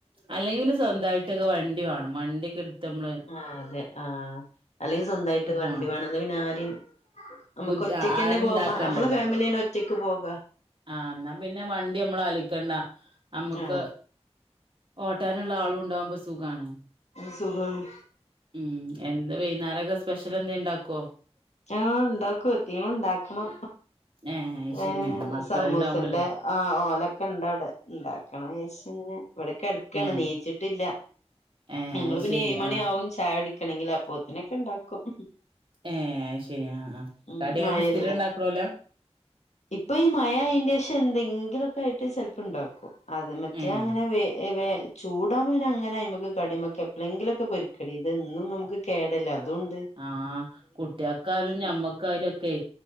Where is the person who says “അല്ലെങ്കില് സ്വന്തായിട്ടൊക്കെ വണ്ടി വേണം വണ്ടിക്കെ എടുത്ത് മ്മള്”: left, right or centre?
Right